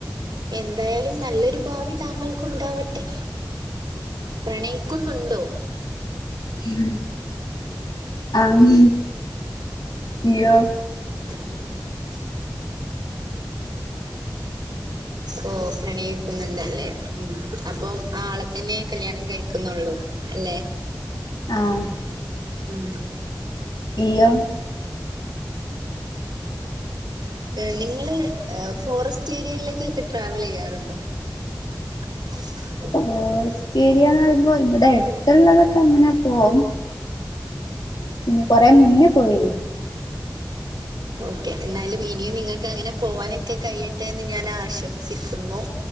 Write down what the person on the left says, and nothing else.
ഉം ആന്നോ ഇയോ
ആഹ്
ഇയോ
ഫോറസ്റ്റ് ഏരിയന്ന് പറയുമ്പോ ഇവിടെ അടുത്തുള്ളതൊക്കെ അങ്ങനെ പോവും പിന്നെ കൊറെ മുന്നേ പോയിന്